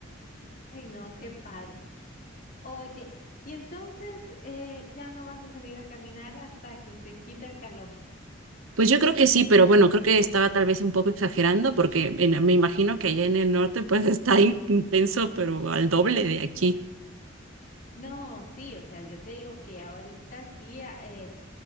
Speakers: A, on the left (about 45°); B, on the right (about 90°).
A: Ay, no, qué padre. Oye, y entonces eh, ya no vas a salir a caminar hasta que se quite el calor.
B: Pues yo creo que sí, pero bueno, creo que estaba tal vez un poco exagerando porque en- me imagino que allá en el norte pues <laughs> está in- intenso, pero al doble de aquí.
A: No, sí, o sea, yo te digo que ahorita sí, a- eh,